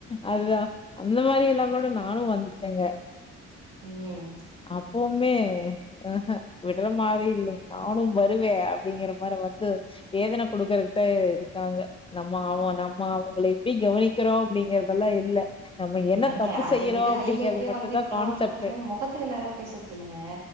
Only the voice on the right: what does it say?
ம்
ஏங்க
அத
விட
ஹைலைட்டே
வந்து
இப்பல்லா
வந்து பாத்தீங்கன்னா முகத்துக்கு நேரா பேசறது இல்லங்க